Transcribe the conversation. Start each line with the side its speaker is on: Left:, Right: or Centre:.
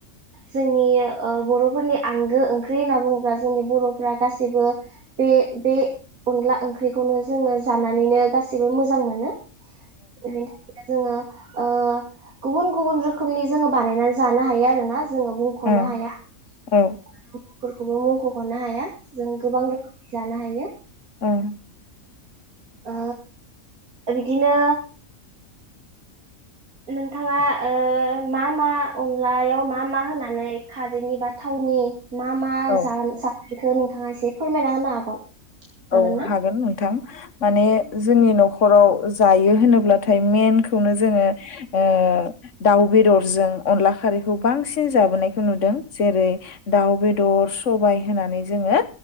Right: जोंनि ओ बर'फोरनि आंगो ओंख्रि होनना बुङोब्ला जोंनि बर'फोरा गाैबो बे बे अनला ओंख्रिखौनो जोङो जानानैनो गासैबो मोजां मोनो। <unintelligible> जोङो ओ गुबुन गुबुन रोखोमनि जोङो बानायनानै जानो हायो आरो ना। जोङो बुंख'नो
Left: ओं
Right: हाया
Left: औ
Right: <unintelligible> बेखौबो मुंख'ख'नो हाया। जों गोबां रोखोम जानो नो हायो।
Left: ओं।
Right: ओ बिदिनो नोंथाङा ओ मा मा अनलायाव मा मा होनानै खारैनि बा थावनि मा मा
Left: औ
Right: जा-जा बेखौ नोंथाङा एसे फोरमायना होनो हागोन?
Left: औ
Right: ना
Left: हागोन नोंथां माने जोंनि न' खराव जायो होनोब्लाथाय मेनखौनो जोङो ओ दाउ बेदरजों अनला खारैखौ बांसिन जाबोनायखौ नुदों जेरै दाउ बेदर सबाय होनानै जोङो